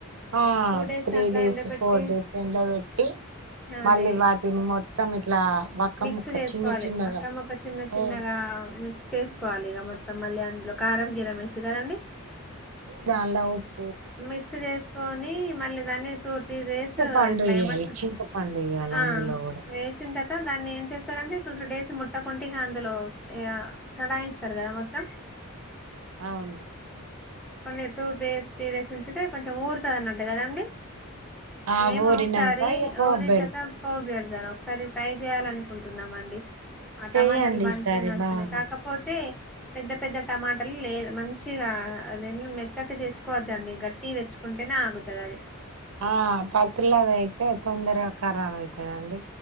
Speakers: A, on the right; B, in the centre.
A: ఆ
B: టూ
A: త్రీ
B: అట్లా
A: డేస్
B: ఎండ పెట్టి
A: ఫోర్ డేస్ ఎండ పెట్టి మళ్ళీ
B: అదే
A: వాటిని మొత్త తం ఇట్లా వక్క
B: మిక్స్
A: ముక్క
B: చేసుకోవాలి
A: చిన్న చిన్నగా
B: అక్క మోక్క చిన్న చిన్నగా
A: ఓ
B: మిక్ చేసుకోవాలి ఇగ మొత్తం మళ్ళీ అందులో కారం జీరా మిక్స్ కదండి
A: దాన్లో ఉప్
B: మిక్స్ చేసుకొని మళ్ళీ దాన్ని టూ త్రీ డేస్
A: చింతపండు
B: ఇట్లా
A: వేయాలి
B: ఏమంటారు
A: చింతపండు వేయాలి
B: ఆ
A: అందులో కూడా
B: వేసిన తర దాన్ని ఏం చేస్తారంటే టూ త్రీ డేస్ ముట్టకుంట ఇగా అందులో సడాయిస్తారు కదా మొత్తం
A: అవును
B: అనే టూ డేస్ స్టీరేస్ నుంచితే కొంచెం ఊరుతది అన్నట్టు కదా అండి
A: ఆ
B: ఏమో
A: ఊరినాక
B: ఒకసారి
A: ఇక పోపు
B: ఊరినా
A: పెడతారు
B: తర్వాత పోగు పెడతారు సరే ట్రై చేయాలనుకుంటున్నామండి ఆ
A: చెయ్యండి
B: టమాటాలు మంచిగానే
A: ఈసారి
B: వస్తుంది
A: బాగా
B: కాకపోతే పెద్ద పెద్ద టమాటలు లేదు మంచిగా అదే మెత్తటి తెచ్చుకో కోవద్దండి గట్టిగ తెచ్చుకుంటేనే ఆగుతుది అది
A: ఆ పత్లాది అయితే తొందరగా ఖరాబ్ అయితదండి